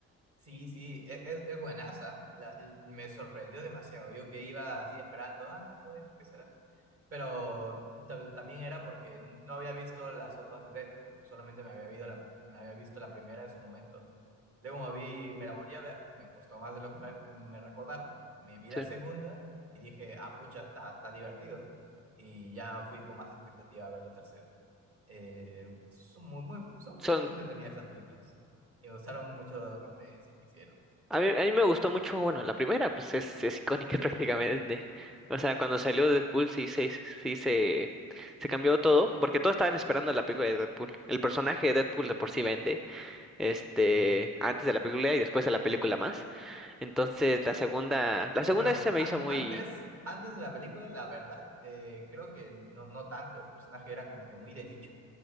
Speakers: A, on the right (about 45°); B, in the centre.
A: Sí, sí, e- es, es, buenaza. La- eh, me sorprendió demasiado. Yo que iba así esperando, ah, bueno, ¿qué será? Pero tam- también era porque no había visto las otras de Deadpool, solamente me había, visto la, me había visto la primera en su momento. Luego me vi, me la volví a ver, me gustó más de lo que me, me recordaba. Me vi la
B: Sí.
A: segunda y dije, ah, pucha, está está divertido. Y ya fui con más expectativa a ver la tercera. Eh, son muy, muy, son
B: Son...
A: muy entretenidas esas películas. Y me gustaron mucho las referencias que hicieron.
B: A mí, a mí me gustó mucho, bueno, la primera, pues es, es icónica <laughs> prácticamente. O sea, cuando salió Deadpool sí, se sí, se, se cambió todo, porque todos estaban esperando la película de Deadpool. El personaje de Deadpool de por sí vende, este,
A: Sí.
B: antes de la película y después de la película más. Entonces la segunda, la segunda
A: Ah, bueno,
B: se me
A: an-
B: hizo muy,
A: antes, antes de la película, la verdad, eh, creo que no, no tanto. El personaje era como que muy de nicho.